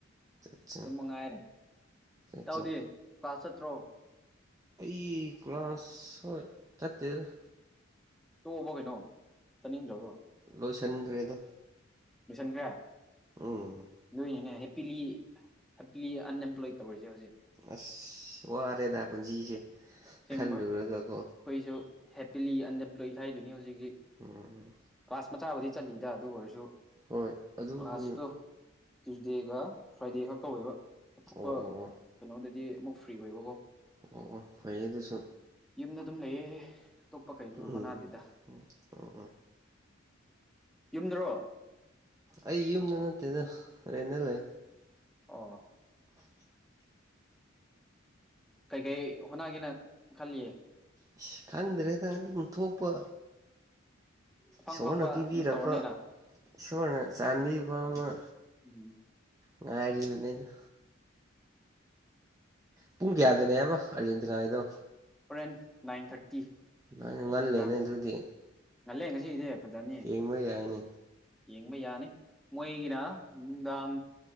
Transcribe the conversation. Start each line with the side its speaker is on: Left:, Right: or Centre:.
Right: ꯑꯆꯥ
Centre: ꯑꯗꯨꯝ
Right: ꯑꯆꯥ
Centre: ꯃꯉꯥꯏꯔꯦ
Right: ꯑꯆꯥ
Centre: ꯏꯇꯥꯎꯗꯤ ꯀ꯭ꯂꯥꯁ ꯆꯠꯇ꯭ꯔꯣ
Right: ꯑꯩ ꯀ꯭ꯂꯥꯁ ꯍꯣꯏ ꯆꯠꯇꯦꯗ
Centre: ꯇꯨꯝꯝꯕꯣ ꯀꯩꯅꯣ ꯆꯥꯅꯤꯡꯗ꯭ꯔꯕꯣ
Right: ꯂꯣꯏꯁꯟꯒ꯭ꯔꯦꯗ
Centre: ꯂꯣꯏꯁꯟꯒ꯭ꯔꯦ꯫
Right: ꯎꯝ
Centre: ꯂꯣꯏꯅꯤꯅꯦ ꯍꯦꯄꯤꯂꯤ ꯍꯦꯄꯤꯂꯤ ꯑꯟꯑꯦꯝꯄ꯭ꯂꯣꯏ ꯇꯧꯔꯁꯦ ꯍꯧꯖꯤꯛ
Right: ꯑꯁ ꯋꯥꯔꯦꯗ ꯄꯨꯟꯁꯤꯁꯦ
Centre: ꯑꯁꯦꯡꯕ
Right: ꯈꯜꯂꯨꯔꯒꯀꯣ
Centre: ꯑꯩꯈꯣꯏꯁꯨ ꯍꯦꯄꯤꯂꯤ ꯑꯟꯑꯦꯝꯄ꯭ꯂꯣꯏ ꯍꯥꯏꯗꯨꯅꯤ ꯍꯧꯖꯤꯛ ꯍꯧꯖꯤꯛ
Right: ꯎꯝ
Centre: ꯀ꯭ꯂꯥꯁ ꯃꯆꯥꯕꯨꯗꯤ ꯆꯜꯂꯤꯠꯂꯤꯗ ꯑꯗꯨ ꯑꯣꯏꯔꯁꯨ
Right: ꯍꯣꯏ ꯑꯗꯨ
Centre: ꯀ꯭ꯂꯥꯁꯇꯣ
Right: ꯎꯝ
Centre: ꯗꯦꯒ ꯐ꯭ꯔꯥꯏꯗꯦ ꯈꯛ ꯇꯧꯋꯦꯕ ꯑꯇꯣꯞꯄ
Right: ꯑꯣ ꯑꯣ ꯑꯣ
Centre: ꯀꯩꯅꯣꯗꯗꯤ ꯑꯃꯨꯛ ꯐ꯭ꯔꯤ ꯑꯣꯏꯕꯀꯣ
Right: ꯑꯣ ꯑꯣ ꯐꯩꯌꯦ ꯑꯗꯨꯁꯨ
Centre: ꯌꯨꯝꯗ ꯑꯗꯨꯝ ꯂꯩꯌꯦ ꯑꯇꯣꯞꯄ ꯀꯩꯁꯨ
Right: ꯎꯝ
Centre: ꯍꯣꯅꯗꯩꯗ
Right: ꯎꯝ ꯎꯝ
Centre: ꯌꯨꯝꯗꯔꯣ
Right: ꯑꯩ ꯌꯨꯝꯗ ꯅꯠꯇꯦꯅ ꯍꯔꯦꯟꯗ ꯂꯩꯌꯦ꯫ <inaudible>
Centre: ꯑꯣ ꯀꯩꯀꯩ ꯍꯣꯠꯅꯒꯦꯅ ꯈꯜꯂꯤ꯫
Right: ꯑꯁ ꯈꯪꯗ꯭ꯔꯦꯗ ꯑꯗꯨꯝ ꯊꯣꯛꯄ
Centre: ꯑꯐꯪ
Right: ꯁꯣꯔꯅ
Centre: ꯐꯪꯕ
Right: ꯄꯤꯕꯤꯔꯛꯄ
Centre: ꯑꯗꯨꯝ ꯇꯧꯔꯅꯤꯅ
Right: ꯁꯣꯔꯅ ꯆꯥꯟꯕꯤꯕ ꯑꯃ
Centre: ꯎꯝ
Right: ꯉꯥꯔꯤ ꯍꯅꯤꯅ ꯄꯨꯡ ꯀꯌꯥꯗꯅꯦꯕ ꯑꯥꯔꯖꯦꯟꯇꯤꯅꯥꯒꯤꯗꯣ
Centre: ꯍꯣꯔꯦꯟ ꯅꯥꯏꯟ ꯊꯥꯔꯇꯤ
Right: ꯅꯪꯅ ꯉꯜꯂꯦꯅꯦ
Centre: ꯅꯨꯡꯗꯥꯡ
Right: ꯑꯗꯨꯗꯤ
Centre: ꯉꯜꯂꯦ ꯉꯁꯤꯒꯤꯗꯤ ꯐꯖꯅꯤ꯫
Right: ꯌꯦꯡꯕ ꯌꯥꯏꯅꯦ
Centre: ꯌꯦꯡꯕ ꯌꯥꯅꯤ ꯃꯣꯏꯒꯤꯔ ꯅꯨꯡꯗꯥꯡ